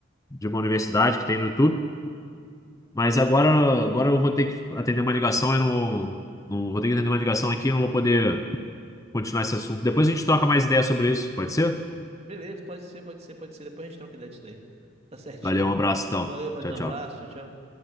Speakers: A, on the left; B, on the right.
A: de uma universidade que tem no YouTube. Mas agora, agora eu vou ter que atender uma ligação eu não, não vou ter que atender uma ligação aqui, eu não vou poder continuar esse assunto. Depois a gente troca mais ideia sobre isso, pode ser?
B: Beleza, pode ser, pode ser, pode ser. Depois a gente troca ideia disso daí. Tá certinho.
A: Valeu, um abraço, então.
B: Valeu, paz,
A: Tchau,
B: um
A: tchau.
B: abraço, tchau, tchau.